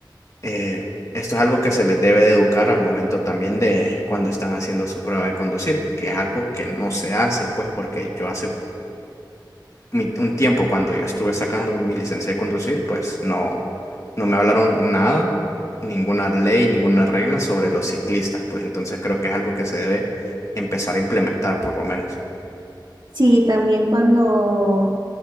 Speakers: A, on the left; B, on the right.
A: eh, esto es algo que se les debe de educar al momento también de cuando están haciendo su prueba de conducir, que es algo que no se hace, pues porque yo hace mi- un tiempo cuando yo estuve sacando mi licencia de conducir, pues no, no me hablaron nada, ninguna ley, ninguna regla sobre los ciclistas, pues entonces creo que es algo que se debe empezar a implementar por lo menos.
B: Sí, también cuando